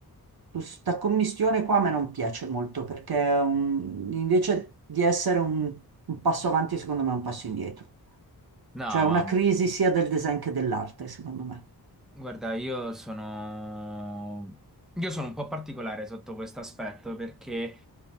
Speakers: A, on the right (about 65°); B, in the centre.
A: questa commistione qua a me non piace molto perché è un- invece di essere un, un passo avanti, secondo me è un passo indietro.
B: No,
A: Cioè una
B: ma
A: crisi sia del design che dell'arte, secondo me.
B: guarda, io sono... io sono un po' particolare sotto questo aspetto perché